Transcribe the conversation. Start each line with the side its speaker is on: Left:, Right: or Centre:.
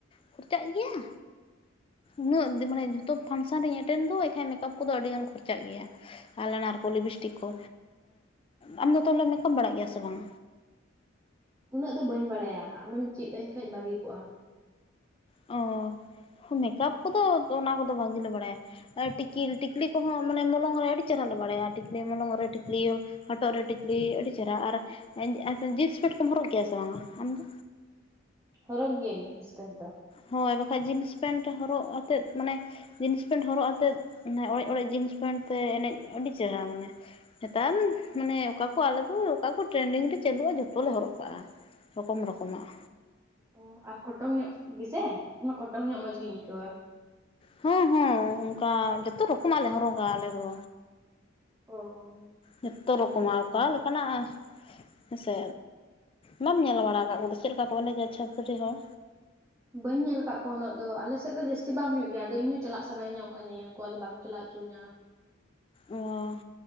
Left: ᱠᱷᱚᱨᱪᱟᱜ ᱜᱮᱭᱟ ᱩᱱᱟᱹᱜ ᱢᱟᱱᱮ ᱡᱚᱛᱚ ᱯᱷᱟᱱᱥᱟᱱ ᱨᱮᱧ ᱮᱴᱮᱱᱰ ᱫᱚ ᱮᱱᱠᱷᱟᱡ ᱢᱮᱠᱟᱯ ᱠᱚᱫᱚ ᱟᱹᱰᱤ ᱜᱟᱱ ᱠᱷᱚᱨᱪᱟᱜ ᱜᱮᱭᱟ ᱟᱭᱞᱟᱱᱟᱨ ᱠᱚ ᱞᱤᱵᱤᱥᱴᱤᱠ ᱠᱚ ᱟᱢ ᱫᱚ ᱮᱸᱜ ᱛᱟᱞᱦᱮᱢ ᱢᱮᱠᱟᱯ ᱵᱟᱲᱟᱜ ᱜᱮᱭᱟ ᱥᱮ ᱵᱟᱝ
Right: ᱩᱱᱟᱹᱜ ᱫᱚ ᱵᱟᱹᱧ ᱵᱟᱲᱟᱭᱟ ᱟᱢᱮᱢ ᱪᱤᱫ ᱟᱹᱧ ᱠᱷᱟᱡ ᱵᱷᱟᱹᱜᱤ ᱠᱚᱜ-ᱟ
Left: ᱚ ᱢᱮᱠᱟᱯ ᱠᱚᱫᱚ ᱚᱱᱟ ᱠᱚᱫᱚ ᱵᱷᱟᱜᱤ ᱞᱮ ᱵᱟᱲᱟᱭᱟ ᱴᱤᱠᱤᱞ ᱴᱤᱠᱞᱤ ᱠᱚᱦᱚᱸ ᱢᱟᱱᱮ ᱢᱚᱞᱚᱝ ᱨᱮ ᱟᱹᱰᱤ ᱪᱮᱦᱨᱟ ᱞᱮ ᱵᱟᱲᱟᱭᱟ ᱴᱤᱠᱞᱤ ᱢᱚᱞᱚᱝ ᱨᱮ ᱴᱤᱠᱞᱤ ᱤᱭᱟᱹ ᱦᱚᱴᱚᱜ ᱨᱮ ᱴᱤᱠᱞᱤ ᱟᱹᱰᱤ ᱪᱮᱦᱨᱟ ᱟᱨ ᱡᱤᱱᱥ ᱯᱮᱱᱴ ᱠᱚᱢ ᱦᱚᱨᱚᱜ ᱜᱮᱭᱟ ᱥᱮ ᱵᱟᱝᱟ ᱟᱢᱫᱚ
Right: ᱦᱚᱨᱚᱜ ᱜᱤᱭᱟᱹᱧ ᱡᱤᱥ ᱯᱮᱱᱴ ᱫᱚ
Left: ᱦᱳᱭ ᱵᱟᱠᱷᱟᱡ ᱡᱤᱱᱥ ᱯᱮᱱᱴ ᱦᱚᱨᱚᱜ ᱟᱛᱮᱫ ᱢᱟᱱᱮ ᱡᱤᱱᱥ ᱯᱮᱱᱴ ᱦᱚᱨᱚᱜ ᱟᱛᱮᱫ ᱚᱱᱮ ᱚᱲᱮᱡ ᱚᱲᱮᱡ ᱡᱤᱱᱥ ᱯᱮᱱᱴ ᱛᱮ ᱮᱱᱮᱡ ᱟᱰᱤ ᱪᱮᱦᱨᱟ ᱢᱟᱱᱮ ᱱᱮᱛᱟᱨ ᱢᱟᱱᱮ ᱚᱠᱟ ᱠᱚ ᱟᱞᱮ ᱫᱚ ᱚᱠᱟ ᱠᱚ ᱴᱨᱮᱱᱰᱤᱝ ᱨᱮ ᱪᱟᱹᱞᱩᱜ-ᱟ ᱡᱷᱚᱛᱚ ᱞᱮ ᱦᱚᱨᱚᱜ ᱠᱟᱜ-ᱟ ᱨᱚᱠᱚᱢ ᱨᱚᱠᱚᱢᱟᱜ
Right: ᱚ ᱟᱨ ᱠᱚᱴᱚᱝ ᱧᱚᱜ ᱜᱤᱥᱮ ᱤᱧ ᱢᱟ ᱠᱚᱴᱚᱝ ᱧᱚᱜ ᱢᱚᱡᱽ ᱜᱤᱧ ᱟᱹᱭᱠᱟᱹᱣᱟ
Left: ᱦᱚᱸ ᱦᱚᱸ ᱩᱝᱠᱟ ᱡᱚᱛᱚ ᱨᱚᱠᱚᱢᱟᱜ ᱞᱮ ᱦᱚᱨᱚᱜᱟ ᱟᱞᱮ ᱫᱚ
Right: ᱚ
Left: ᱡᱚᱛᱛᱚ ᱨᱚᱠᱚᱢᱟᱜ ᱩᱠᱟ ᱞᱮᱠᱟᱱᱟᱜ ᱦᱮᱸ ᱥᱮ ᱾ᱵᱟᱢ ᱧᱮᱞ ᱵᱟᱲᱟ ᱠᱟᱜ ᱠᱚᱛᱮ ᱪᱮᱫ ᱞᱮᱠᱟ ᱠᱚ ᱮᱱᱮᱡᱟ ᱪᱷᱟᱹᱯᱨᱤ ᱦᱚᱲ?
Right: ᱵᱟᱹᱧ ᱧᱮᱞ ᱠᱟᱜ ᱠᱚᱣᱟ ᱩᱱᱟᱹᱜ ᱫᱚ ᱟᱞᱮ ᱥᱮᱫ ᱫᱚ ᱡᱟᱹᱥᱛᱤ ᱵᱟᱝ ᱦᱩᱭᱩᱜ ᱜᱮᱭᱟ᱾ ᱟᱫᱚ ᱤᱧ ᱦᱚᱸ ᱪᱟᱞᱟᱜ ᱥᱟᱱᱟᱧᱟ ᱚᱝᱠᱟ ᱧᱮᱧᱮᱞ ᱠᱚ ᱟᱫᱚ ᱵᱟᱠᱚ ᱪᱟᱞᱟᱜ ᱪᱩᱟᱹᱧᱟ᱾
Left: ᱚ